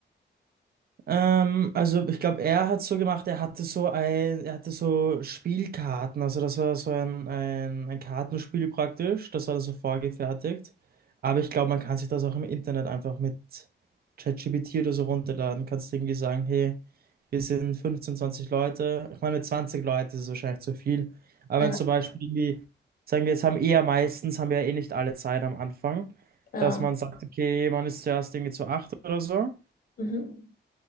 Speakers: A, on the right; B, on the left.
A: Ähm, also ich glaube, er hat so gemacht, er hatte so ein, er hatte so Spielkarten, also das war so ein, ein, ein Kartenspiel praktisch, das war dann so vorgefertigt. Aber ich glaube, man kann sich das auch im Internet einfach mit ChatGPT oder so runterladen. Kannst irgendwie sagen, hey, wir sind 15, 20 Leute. Ich meine, mit 20 Leuten ist es wahrscheinlich zu viel. Aber
B: Ja.
A: wenn zum Beispiel, irgendwie- sagen wir jetzt haben eher meistens, haben wir ja eh nicht alle Zeit am Anfang,
B: Ja.
A: dass man sagt, okay, man ist zuerst irgendwie zu acht oder so
B: Mhm.